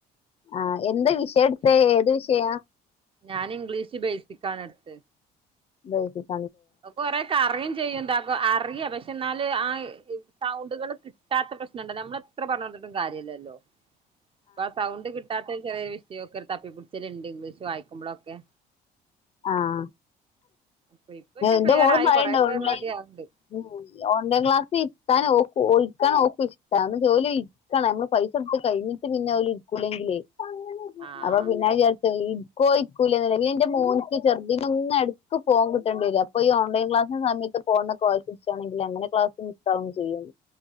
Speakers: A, on the left; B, on the right.
A: ആഹ എന്താ വിഷയം എടുത്ത ഏത് വിഷയാ.
B: ഞാൻ ഇംഗ്ലീഷ് ബൈസിക്കണ് എടുത്ത്.
A: ബൈസിക്..
B: പ്പ കൊറെക്കെറിയും ചെയ്യുംന്താ.. അറിയ പക്ഷെ എന്നാല് ആ സൗണ്ടുകൾ കിട്ടാത്ത പ്രശ്നംണ്ടല്ലാ നമ്മൾ എത്ര പറഞ്ഞ് കൊട്ടുംതിട്ടും കാര്യല്ലല്ലോ. പ്പാ ആ സൗണ്ട് കിട്ട. കിട്ടാതെ ഒരു ചെറിയ വിഷയോ ഒക്ക് തപ്പിപിടിച്ചാല്ണ്ട് ഇംഗ്ലീഷ് വായിക്കുമ്പോഴൊക്കെ.
A: ആഹ
B: അപ്പൊ ഇപ്പൊ പിന്നെ
A: ന്റെ
B: ക്ലിയർ
A: മോളും
B: ആയി
A: പറയിണ്ട്
B: കൊറെയൊക്കെ
A: ഓൺലൈൻ.
B: റെഡി ആവണ്ട്
A: ഉ ഓൺലൈൻ ക്ലാസ് ഇര്ത്താൻ ഓൾക്ക് ഇരിക്കാൻ ഓൾക്ക് ഇഷ്ടാ ന്ന ജോലി.. നഷ്ട്ടാണ് നമ്മൾ പൈസ കെടുത്ത് കഴിഞ്ഞിട്ട് പിന്നെ ഓല് ഇരിക്കുലെന്ക്കിലെ..
B: ആഹ്
A: അപ്പൊ പിന്നെ ചേർത്ത് ഇരിക്കോ ഇരിക്കൂലെന്ന് പിന്നെ ന്റെ മോൻ. ചെറുതിന്നെന്ന് എടെക്ക് ഫോൺ കിട്ടേണ്ടി വരും അപ്പ ഓൺലൈൻ ക്ലാസി സമയത്ത് ഫോൺ വാശി പിടിച്ചാണെങ്കിൽ എങ്ങനെ ക്ലാസ്. മിസ്സാവും ചെയ്യും.